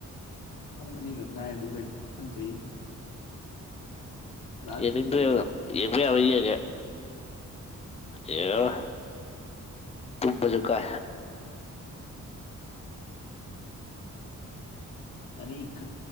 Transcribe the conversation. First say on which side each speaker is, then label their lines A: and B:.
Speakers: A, on the left; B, on the left.
A: ꯑꯃꯨꯛ ꯑꯅꯤꯈꯛ ꯉꯥꯏꯔꯗꯨꯕꯨ ꯀꯩꯅꯣ ꯃꯊꯪ ꯆꯍꯤꯒꯤ ꯂꯥꯁꯇꯕꯨꯗꯤ
B: ꯌꯦꯡꯅꯤꯡꯗ꯭ꯔꯦꯕ
A: ꯌꯦꯡꯕ ꯌꯥꯏ
B: ꯌꯦꯡꯕ ꯌꯥꯕ ꯌꯦꯡꯌꯦ ꯌꯦꯡꯉꯥꯔꯣꯏ ꯇꯨꯝꯕꯁꯖꯨ ꯀꯥꯏ
A: ꯑꯅꯤꯈꯛ